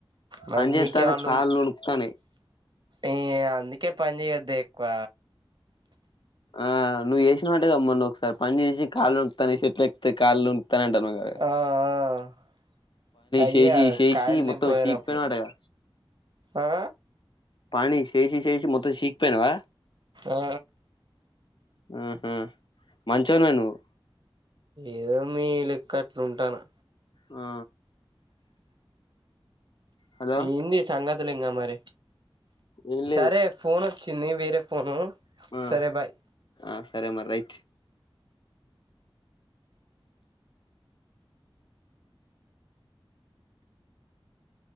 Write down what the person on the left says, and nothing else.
పని చేస్తాను
కాళ్ళు
వణుకుతాన్నాయి
ఆ నువ్వు చేసినవంటగా మొన్న ఒకసారి పని చేసి కాళ్లు వణుకుతున్నాయి చెట్ల ఎక్కితే కాళ్లు వణుకుతున్నాయి అంటున్నావు గా
చేసి చేసి
మొత్తం
చీకిపోయినావటగా
పని చేేసి చేేసి మొత్తం సీకిపోయినావా
ఊహూ మంచోనివే నువ్వు
ఆ హలో
ఏం లేదు
ఆ
ఆ సరే మరి రైట్